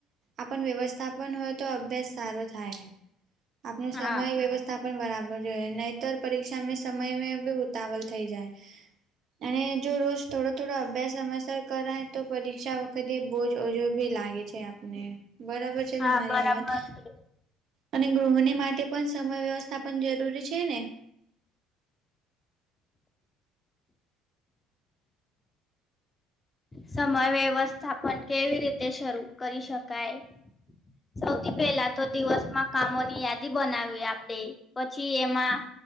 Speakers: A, on the right; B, on the left.
A: આપણ વ્યવસ્થાપન હોય તો અભ્યાસ સારો થાય આપણ સમય
B: હા
A: વ્યવસ્થા પણ બરાબર છે નહીતર પરીક્ષા મેં સમય મેં ભી ઉતાવલ થઈ જાય અને જો રોજ થોડો થોડો અભ્યાસ સમયસર કરાય તો પરીક્ષા વખતે બહજ ઓજો ભી લાગે છે આપને બરાબર છે
B: હા
A: તમારી
B: બરાબર
A: એ વાત
B: છે
A: અને ગૃહોની માટે પણ સમય વ્યવસ્થા પણ જરૂરી છે ને
B: સમય વ્યવસ્થા પણ કેવી રીતે શરૂ કરી શકાય સૌથી પેલા તો દિવસમાં કામોની યાદી બનાવી આપડે પછી એમાં